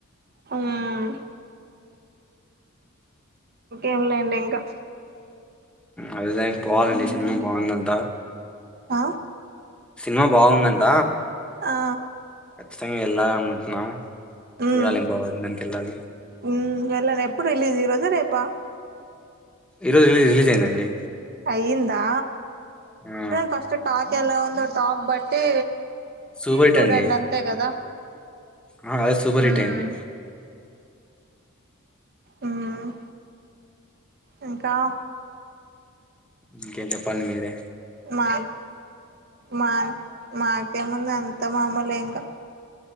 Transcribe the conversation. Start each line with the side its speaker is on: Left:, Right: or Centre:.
Right: మ్మ్ ఏంలే అండి ఇంకా
Centre: అదే దానికి పోవాలండి
Right: మ్మ్
Centre: సినిమా బాగుందంట
Right: ఆ
Centre: సినిమా బాగుందంట
Right: ఆ
Centre: ఖచ్చితంగా వెళ్ళాలి అనుకుంటున్నాం
Right: మ్మ్
Centre: చూడాలి ఏం బాగుదు దానికి వెళ్ళాలి
Right: మ్మ్ వెళ్ళను ఎప్పుడు రిలీజ్ ఈ రోజా రేపా
Centre: ఈ రోజు రిలీజ్ రిలీజ్ అయిందండి
Right: అయ్యిందా
Centre: ఆ
Right: ఫస్ట్ టాక్ ఎలా ఉందో టాక్ బట్టి
Centre: సూపర్ హిట్
Right: చూడండి
Centre: అండి
Right: అంతే కదా
Centre: ఆ అదే సూపర్
Right: ఉమ్
Centre: హిట్ అయింది
Right: ఉమ్మ్ ఇంకా
Centre: ఇంకే చెప్పండి మీరే
Right: మా మా మాకే ముందు అంత మామూలు ఇంకా